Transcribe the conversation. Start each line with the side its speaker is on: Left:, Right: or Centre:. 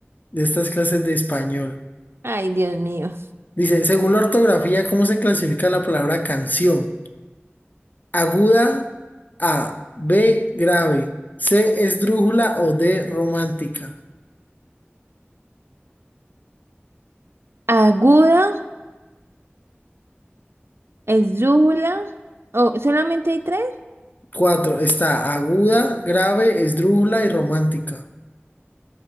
Left: de estas clases de español.
Right: Ay, Dios mío.
Left: Dice, según la ortografía, ¿cómo se clasifica la palabra canción? Aguda, A, B, grave, C, esdrújula o D, romántica.
Right: Aguda, esdrújula. Oh, ¿solamente hay tres?
Left: Cuatro, está aguda, grave, esdrújula y romántica.